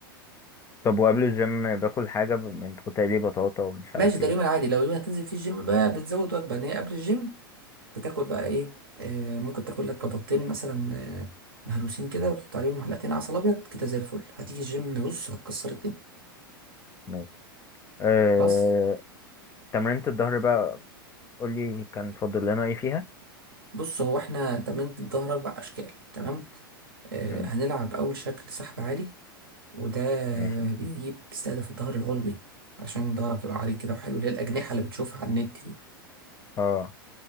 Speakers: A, on the left (about 25°); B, on the right (about 75°).
A: طب وقبل الجيم باكل حاجه ب- من قلت لي بطاطا ومش
B: ماشي
A: عارف
B: ده
A: ايه
B: اليوم العادي لو اليوم هتنزل فيه الجيم بقى بتزود وجبة ان هي قبل الجيم بتاكل بقى ايه آه ممكن تاكل لك بطاطتين مثلا آه، مهروسين كده وتحط عليهم معلقتين عسل ابيض كده زي الفل هتيجي الجيم بص هتكسر الدنيا
A: ماشي أه...
B: خلاص
A: تمرينة الظهر بقى قول لي كان فاضل لنا ايه فيها
B: بص هو احنا تمرينة الظهر اربع اشكال تمام آه
A: مم،
B: هنلعب اول شكل سحب عالي وده
A: ماشي
B: بيجيب بيستهدف الظهر العلوي عشان ظهرك يبقى عريض كده وحلو اللي هي الاجنحة اللي بتشوفها على النت دي
A: اه